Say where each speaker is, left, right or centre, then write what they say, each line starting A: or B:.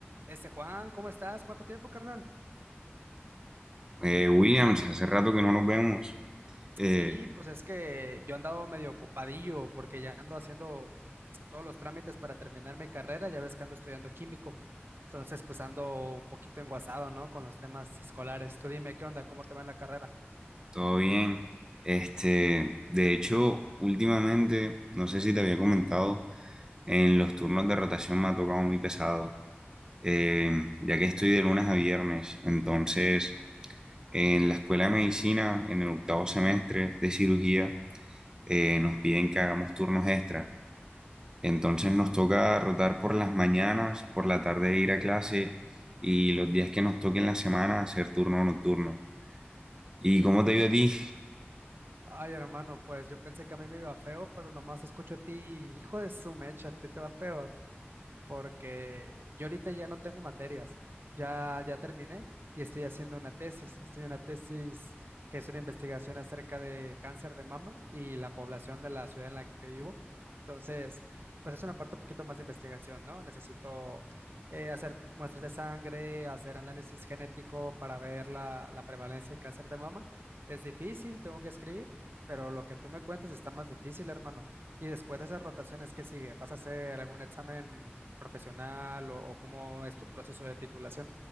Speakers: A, on the right; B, on the right.
A: Este Juan, ¿cómo estás? ¿Cuánto tiempo, carnal?
B: Eh, Williams, hace rato que no nos vemos. Eh,
A: Sí, pues es que yo he andado medio ocupadillo porque ya ando haciendo todos los trámites para terminar mi carrera, ya ves que ando estudiando químico, entonces pues ando un poquito enguasado, ¿no? Con los temas escolares. Tú dime, ¿qué onda? ¿Cómo te va en la carrera?
B: todo bien. Este, de hecho, últimamente, no sé si te había comentado, en los turnos de rotación me ha tocado muy pesado, eh, ya que estoy de lunes a viernes. Entonces, en la escuela de medicina, en el octavo semestre de cirugía, eh, nos piden que hagamos turnos extra. Entonces nos toca rotar por las mañanas, por la tarde ir a clase y los días que nos toquen la semana hacer turno nocturno. ¿Y cómo te ha ido a ti?
A: Ay, hermano, pues yo pensé que a mí me iba feo, pero nomás escucho a ti, hijo de su mecha, a ti te va peor. porque yo ahorita ya no tengo materias, ya, ya terminé y estoy haciendo una tesis. Estoy en una tesis que es una investigación acerca de cáncer de mama y la población de la ciudad en la que vivo. Entonces, pues es una parte un poquito más de investigación, ¿no? Necesito eh, hacer t- muestras de sangre, hacer análisis genético para ver la, la prevalencia de cáncer de mama. Es difícil, tengo que escribir, pero lo que tú me cuentes está más difícil, hermano. Y después de esas rotaciones, ¿qué sigue? ¿Vas a hacer algún examen profesional o, o cómo es tu proceso de titulación?